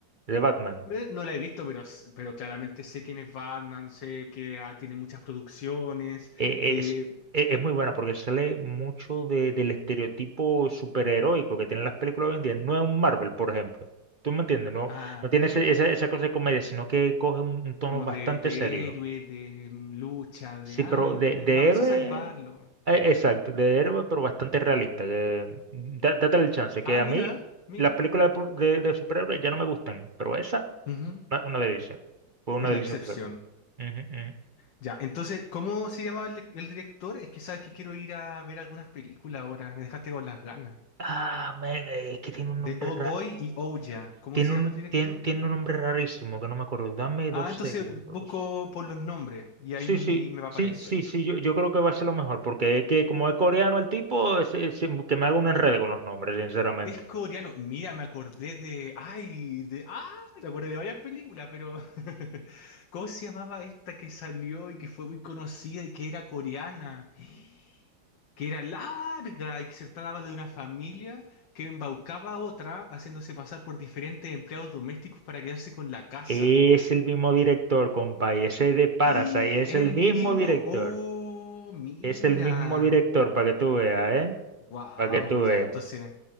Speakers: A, on the right (about 40°); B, on the left (about 80°).
A: De Batman.
B: Eh, No la he visto, pero, s- pero claramente sé quién es Batman, sé que ah, tiene muchas producciones.
A: eh,
B: eh,
A: es, e- es muy buena porque sale mucho de- del estereotipo superheroico que tienen las películas hoy en día. No es un Marvel, por ejemplo. ¿Tú me entiendes? No,
B: ah,
A: no tiene
B: perfecto.
A: ese- esa, esa cosa de comedia, sino que coge un, un tono
B: Como
A: bastante
B: de, de
A: serio.
B: héroe, de mm, lucha, de
A: Sí,
B: aire.
A: pero de, de
B: Vamos
A: héroe,
B: a salvarlo.
A: eh,
B: <laughs>
A: exacto, de héroe, pero bastante realista. que- mm, da- date el chance, que
B: Ah,
A: a
B: mira,
A: mí
B: mira.
A: las películas de, pu- de- de superhéroes ya no me gustan, pero esa,
B: Ujú,
A: una, una delicia. Fue una
B: Es
A: delicia.
B: la excepción.
A: Ujú, ujú.
B: Ya, entonces, ¿cómo se llama el, el director? Es que sabes que quiero ir a ver algunas películas ahora. Me dejaste con las ganas.
A: Ah, men, eh, es que tiene un nombre
B: De Old Boy y Ouya. ¿Cómo
A: Tiene
B: se
A: un,
B: llama el director?
A: tiene, tiene un nombre rarísimo que no me acuerdo. Dame
B: Ah,
A: dos
B: entonces
A: segundos.
B: busco por los nombres y
A: Sí,
B: ahí
A: sí,
B: me va
A: sí,
B: a aparecer.
A: sí, sí, yo, yo creo que va a ser lo mejor, porque es que como es coreano el tipo, es- es- que me haga un enredo con los nombres, sinceramente.
B: Es coreano. Mira, me acordé de. Ay, de. Ah, me acordé de varias películas, pero. <laughs> ¿Cómo se llamaba esta que salió y que fue muy conocida y que era coreana? <gasps> Que era larga y que se trataba de una familia que embaucaba a otra haciéndose pasar por diferentes empleados domésticos para quedarse con la casa.
A: Es el mismo director, compa, y ese de Parasite,
B: <gasps>
A: es
B: El
A: el mismo
B: mismo.
A: director.
B: Oh, mira.
A: Es el mismo director, para que tú veas, ¿eh?
B: Wow,
A: Para que tú
B: ya
A: veas.
B: entonces,